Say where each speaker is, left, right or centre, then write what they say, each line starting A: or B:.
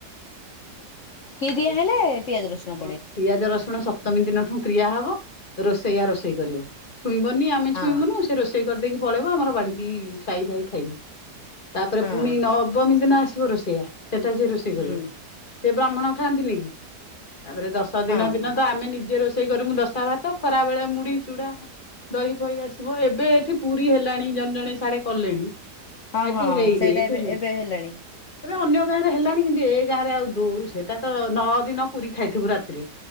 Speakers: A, on the left (about 50°); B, on the left (about 30°).
A: କି
B: ଆଉ
A: ଦିଆ ହେଲେ, ପିଆଜ ରସୁଣ
B: ହଁ
A: ପଡେ।
B: ପିଆଜ ରସୁଣ ସପ୍ତମୀ ଦିନଠୁ କ୍ରିୟା ହେବ। ରୋଷେୟା ରୋଷେଇ କରିବା । ଛୁଇଁବନି, ଆମେ
A: ହଁ
B: ଛୁଇଁବୁନି ସେ ରୋଷ ସେଇ କରିଦେଇକି ପଳେଇବ ।ଆମର ବାଡିକି ସାଇ ଭାଇ ଖାଇବୁ। ତାପରେ,
A: ହଁ
B: ପୁଣି ନବମୀ ଦିନ ଆସିବ ରୋଷେଇଆ ।ସେଟା ସେ ରୋଷେଇ
A: ହୁଁ
B: କରିବ ।ସେ ବ୍ରାହ୍ମଣ ଖାଆନ୍ତି ନି କି? ତାପରେ ଦଶ ଦିନ
A: ହଁ
B: ଦିନ ତ, ଆମେ ନିଜେ ରୋଷେଇ କରୁ ଦଶ ଭାତ। ଖରା ବେଳେ ମୁଢ଼ି ଚୁଡା ଦହି ପହି ଆସିବ ।ଏବେ ଏଠି ପୁରୀ ହେଲାଣି ଜଣେ ଜଣେ ସାଡେ କଲେଣି ।
A: ହଁ
B: ଏଠି
A: ହଁ
B: ହେଇନି,
A: ସେଇଟା
B: ଏଠି
A: ଏବେ
B: ହେଇନି।
A: ଏବେ ହେଲାଣି
B: ଏବେ ଅନ୍ୟ ଗାଁରେ ହେଲାଣି ।କିନ୍ତୁ ଏ ଗାଁ ରେ ଆଉ ଦୁ, ସେଇଟା ତ ନଅ ଦିନ ପୁରୀ ଖାଇଥିବୁ ରାତିରେ।